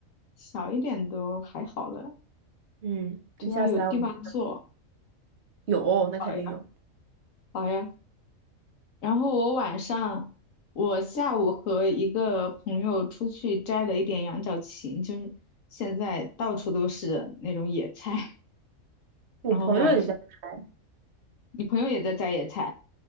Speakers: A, on the left; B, on the right.
A: 小一点都还好了，
B: 嗯，
A: 只要有地方坐。
B: 你下次来我们有，那肯定有。
A: 好呀，好呀。然后我晚上，我下午和一个朋友出去摘了一点羊角芹，就是现在到处都是那种野菜。
B: 我朋友也在摘，
A: 然后晚你朋友也在摘野菜，